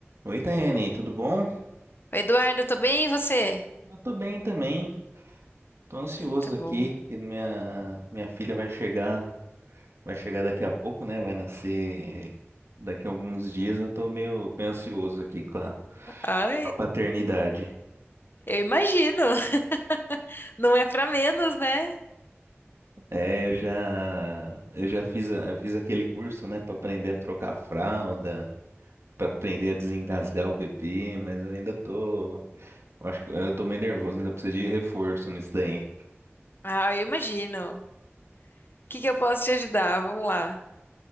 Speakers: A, on the right; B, on the left.
A: Oi, Taiane, tudo bom?
B: Oi, Eduardo, tô bem, e você?
A: Eu tô bem também. Tô ansioso
B: Eu, Tá bom.
A: aqui que minha minha filha vai chegar, vai chegar daqui a pouco, né? Vai nascer daqui a alguns dias. Eu tô meio, meio ansioso aqui com a, com
B: Ai,
A: a paternidade.
B: eu imagino. <laughs> Não é pra menos, né?
A: É, eu já eu já fiz a- eu fiz aquele curso, né, Pra aprender a trocar fralda, pra aprender a desengasgar o bebê, mas eu ainda tô, eu acho que eu tô meio nervoso, ainda preciso de reforço nisso daí.
B: Ah, eu imagino. O que que eu posso te ajudar? Vamos lá.